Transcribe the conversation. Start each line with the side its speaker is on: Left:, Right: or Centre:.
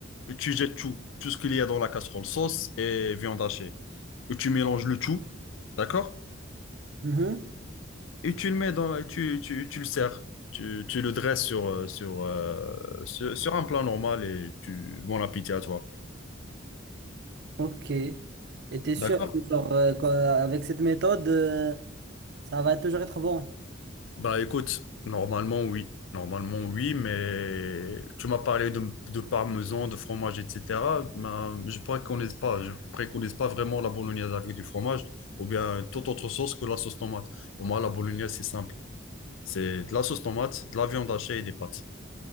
Left: Et tu jettes tout, tout ce qu'il y a dans la casserole, sauce et viande hachée. Et tu mélanges le tout, d'accord?
Right: Mhm.
Left: Et tu le mets dans, et tu, tu, tu le sers. Tu, tu le dresses sur, euh, sur, euh, sur, sur un plat normal et tu, bon appétit à toi.
Right: Ok. Et t'es sûr
Left: D'accord?
Right: que genre, euh, qu'en- avec cette méthode, euh, ça va toujours être bon.
Left: Bah écoute, normalement oui. Normalement oui, mais tu m'as parlé de, de parmesan, de fromage, etc. Ben, je préconise pas, je préconise pas vraiment la bolognaise avec du fromage ou bien toute autre sauce que la sauce tomate. Pour moi, la bolognaise, c'est simple. C'est de la sauce tomate, de la viande hachée et des pâtes.